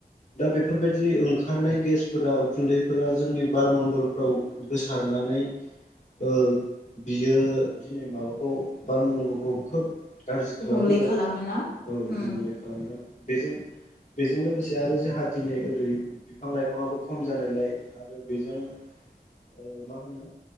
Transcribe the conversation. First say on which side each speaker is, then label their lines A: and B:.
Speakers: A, on the left (about 50°); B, on the left (about 80°).
A: दा बेफोरबायदि ओंखारनाय गेसफोरा उखुन्दैफोरा जोंनि बारमणडलफ्राव गोसारनानै ओ बियो दिनै माबाखौ बार मन्दलपखौ खोब गाज्रि
B: गुबुंले
A: खालामबोदों
B: खालामोना
A: औ
B: उम
A: गुबुंले खालामदों बेजों बेजों लोगोसे आरो जोंहा दिनै ओरै बिफां- लाइफाङआो खम जानायलाय आरो बेजों ओ मा होनो